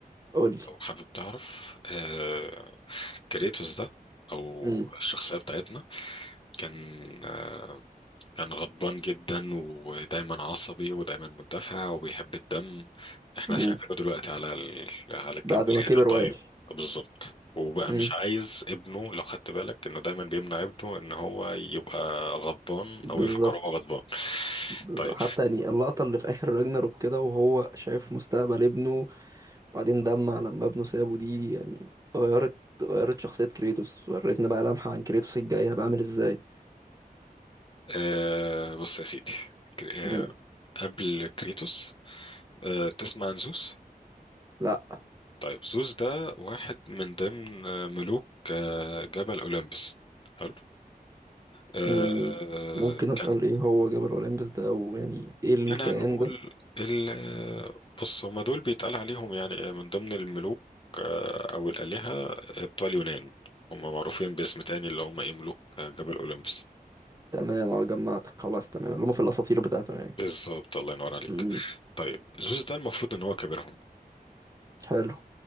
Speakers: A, on the right; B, on the left.
A: قولي
B: لو حابب تعرف آه، كريتوس ده او
A: امم
B: الشخصيه بتاعتنا كان آه، كان غضبان جدا ودايما عصبي ودايما مندفع وبيحب الدم احنا
A: امم
B: شايفينه دلوقتي على ال... على الجنب
A: بعد
B: الحياد
A: ما كبر
B: الطيب
A: وعي
B: بالظبط وبقى
A: امم
B: مش عايز ابنه لو خدت بالك انه دايما بيمنع ابنه ان هو يبقى غضبان
A: بالظبط
B: او يفكر هو غضبان
A: بالظبط.
B: طيب
A: حتى يعني اللقطة اللي في آخر راجناروك كده وهو شايف مستقبل ابنه بعدين دمع لما ابنه سابه دي يعني غيرت غيرت شخصية كريتوس وريتنا بقى لمحة عن كريتوس الجاي هيبقى عامل ازاي
B: آه، بص يا سيدي ك- آه،
A: امم
B: قبل كريتوس آه، تسمع عن زوس
A: لا
B: طيب زوس ده واحد من ضمن آه، ملوك آه، جبل أولمبس حلو آه،
A: امم ممكن أسأل
B: كان
A: ايه هو جبل أولمبس ده ويعني ايه الكيان
B: أنا نقول
A: ده
B: ال... آه، بص هما دول بيتقال عليهم يعني آه، من ضمن الملوك آه، أو الآلهة آه، بتوع اليونان هما معروفين باسم تاني اللي هما إيه ملوك آه، جبل أولمبس
A: تمام اه جمعتك خلاص تمام اللي هم في الاساطير بتاعتهم يعني
B: بالظبط الله ينور عليك
A: امم
B: طيب زوس ده المفروض إن هو كبيرهم
A: حلو